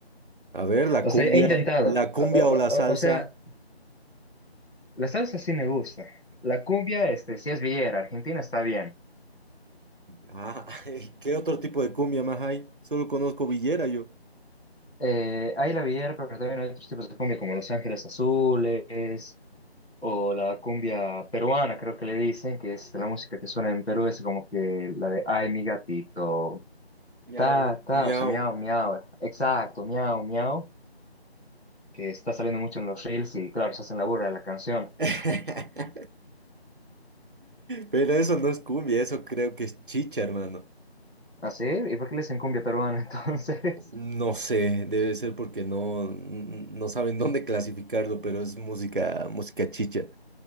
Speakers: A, on the right; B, on the left.
A: A ver, la
B: O
A: cumbia,
B: sea, he intentado.
A: la cumbia
B: O, o-
A: o la salsa.
B: o- o sea, la salsa sí me gusta. La cumbia, este, sí es villera. Argentina está bien.
A: Ah, <laughs> ¿qué otro tipo de cumbia más hay? Solo conozco villera yo.
B: Eh, hay la villera, pero también hay otros tipos de cumbia como Los Ángeles Azules o la cumbia peruana, creo que le dicen, que es la música que suena en Perú, es como que la de Ay, mi gatito,
A: Miau,
B: ta, ta,
A: miau.
B: o sea, miau, miau, exacto, miau, miau, que está saliendo mucho en los reels y claro, se hacen la burla de la canción.
A: <laughs> Pero eso no es cumbia, eso creo que es chicha, hermano.
B: ¿Ah, sí? ¿Y por qué le dicen cumbia peruana <laughs> entonces?
A: No sé, debe ser porque no, no saben dónde clasificarlo, pero es música, música chicha.